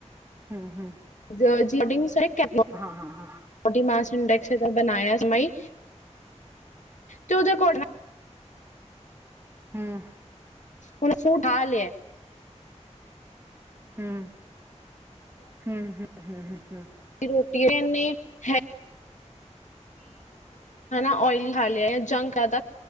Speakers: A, on the right; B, on the left.
A: ਹਮ ਹਮ
B: ਸ ਮ <unintelligible>
A: ਹਾਂ ਹਾਂ
B: <inaudible> ਇੰਡੈਕਸ ਦਾ ਬਣਾਇਆ ਮਈ ਜੋ ਦੋ ਕੋਟਨਾ
A: ਹਮ
B: ਉਹਨੇ ਸੂ ਠਾਹ ਲਿਆ
A: ਹਮ ਹਮ ਹਮ ਹਮ ਹਮ
B: ਰੋਟੀੇ ਹੈ ਔਇਲੀ ਖਾ ਲਿਆ ਜੰਕ ਆਦਾ